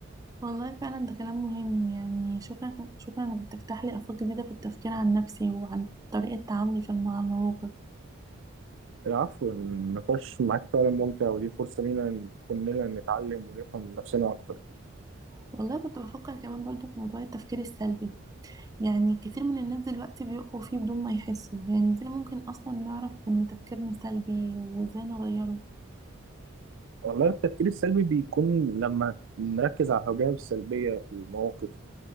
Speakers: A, on the right (about 15°); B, on the right (about 65°).
A: والله فعلا ده كلام مهم يعني شكرا شكرا انك بتفتح لي افاق جديده في التفكير عن نفسي وعن طريقه تعاملي في مع المواقف
B: العفو النقاش معاك فعلا ممتع ودي فرصه لينا إن كلنا نتعلم ونفهم نفسنا اكتر
A: والله كنت بفكر كمان برضو في موضوع التفكير السلبي يعني كتير من الناس دلوقتي بيقعوا فيه بدون ما يحسوا يعني ازاي ممكن اصلا نعرف ان تفكيرنا سلبي وازاي نغيره
B: والله التفكير السلبي بيكون لما نركز على الجوانب السلبيه في المواقف